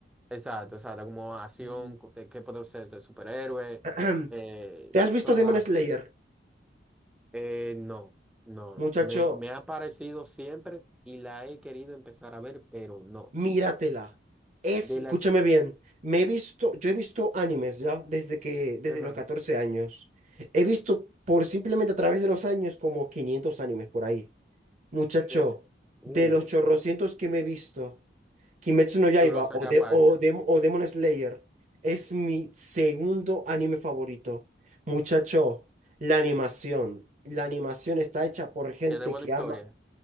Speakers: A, in the centre; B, on the right (about 40°).
A: Exacto, exacto, como acción,
B: Mm,
A: co- de- que puede ser de superhéroe,
B: <clears throat>
A: eh,
B: ¿Te has visto
A: cosas
B: Demon Slayer?
A: así. Eh, no, no,
B: Muchacho,
A: me, me ha parecido siempre y la he querido empezar a ver, pero no.
B: míratela. Es,
A: De
B: escúchame
A: la que.
B: bien, me he visto, yo he visto animes ya desde que, desde
A: Ajá.
B: los 14 años. He visto por simplemente a través de los años como 500 animes por ahí. Muchacho,
A: eh, Uy,
B: de los chorrocientos que me he visto. Kimetsu no Yaiba
A: tú lo sacas
B: o, de,
A: aparte.
B: o, Dem- o Demon Slayer es mi segundo anime favorito. Muchacho, la animación. La animación está hecha por gente
A: Tiene buena
B: que
A: historia,
B: ama.